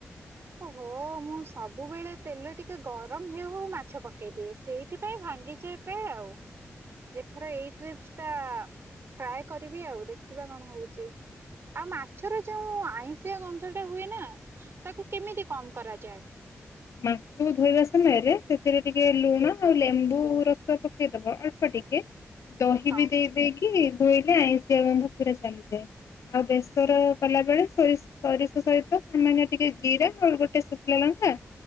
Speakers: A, on the right; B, on the left.
A: ଓହୋ ମୁଁ ସବୁବେଳେ ତେଲ ଟିକେ ଗରମ୍ ହେଉ ହଉ ମାଛ ପକେଇଦିଏ। ସେଇଥିପାଇଁ ଭାଙ୍ଗିଯାଏ ପ୍ରାୟ ଆଉ। ଏଥର ଏଇ ଟ୍ରିପ୍ସ ଟା ଟ୍ରାଏ କରିବି ଆଉ ଦେଖିବା କଣ ହଉଚି। ଆଉ ମାଛରେ ଯୋଉ ଆଇଁଷିଆ ଗନ୍ଧ ଟା ହୁଏ ନା ତାକୁ କେମିତି କମ କରାଯାଏ?
B: ମାଛ ଧୋଇବା ସମୟରେ ସେଥିରେ ଟିକେ ଲୁଣ ଆଉ ଲେମ୍ବୁ ରସ ପକେ ପକେଇ ଦେବ ଅଳ୍ପ ଟିକେ ଦହି
A: ହଁ।
B: ବି ଦେଇ ଦେଇକି କି ଧୋଇଲେ ଆଇଁଷିଆ ଗନ୍ଧ ପୁରା ଚାଲିଯାଏ ଆଉ ବେସର କଲାବେଳେ ସୋରି ସରିଷ ସହିତ ସାମାନ୍ୟ ଟିକେ ଜିରା ଆଉ ଗୋଟେ ଶୁଖିଲା ଲଙ୍କା